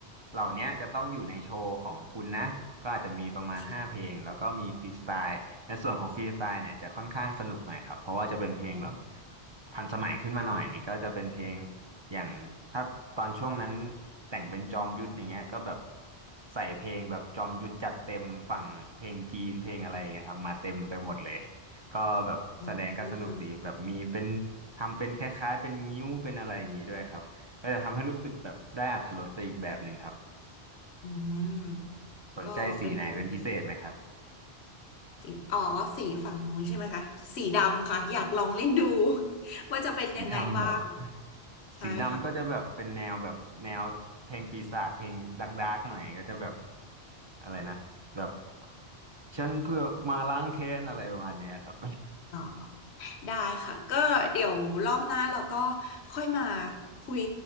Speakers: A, on the right; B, on the left.
A: เหล่าเนี้ยจะต้องอยู่ในโชว์ของคุณนะก็อาจจะมีประมาณห้าเพลงแล้วก็มีฟรีสไตล์ในส่วนของฟรีสไตล์เนี่ยจะค่อนข้างสนุกหน่อยครับเพราะว่าจะเป็นเพลงแบบ
B: ค่ะ
A: ทันสมัยขึ้นมาหน่อยก็จะเป็นเพลง อย่างถ้าตอนช่วงนั้นแต่งเป็นจอมยุทธอย่างเงี้ยก็แบบใส่เพลงแบบจอมยุทธจัดเต็มฝั่งเพลงจีนเพลงอะไรอย่างเงี้ยครับมาเต็มไปหมดเลยก็แบบแสดงก็สนุกดีแบบมีเป็นทำเป็นคล้ายๆเป็นงิ้วเป็นอะไรอย่างงี้ด้วยครับก็จะทำให้รู้สึกแบบได้อรรถรสไปอีกแบบหนึ่งครับ
B: อืมอืมก็เป็นของ
A: สนใจสีไหนเป็นพิเศษไหมครับ
B: สีอ๋อสีฝั่งนู้นใช่ไหมคะสีดำค่ะอยากลองเล่นดู <laughs> ว่าจะเป็นยังไงบ้าง
A: สีดำเหรอ
B: ใช่ค่
A: สีดำก็จะแบบเป็นแนวแบบแนวเพลงปีศาจเพลงดกดาร์กหน่อยก็จะแบบ อะไรนะแบบฉันเพื่อมาล้างแค้นอะไรประมาณเนี้ยครับ
B: ะ ได้ค่ะก็เดี๋ยวรอบหน้าเราก็ค่อยมาคุย